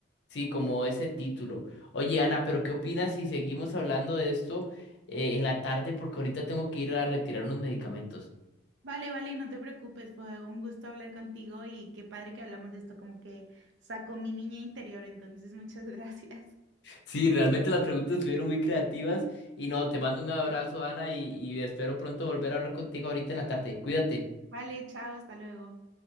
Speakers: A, on the left; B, on the right.
A: Sí, como ese título. Oye, Ana, pero ¿qué opinas si seguimos hablando de esto eh, en la tarde? Porque ahorita tengo que ir a retirar unos medicamentos.
B: Vale, vale, no te preocupes, fue un gusto hablar contigo y qué padre que hablamos de esto, como que sacó mi niña interior, entonces muchas <laughs> gracias.
A: Sí, realmente las preguntas estuvieron muy creativas y no, te mando un abrazo, Ana, y, y espero pronto volver a hablar contigo ahorita en la tarde. Cuídate.
B: Vale, chao, hasta luego.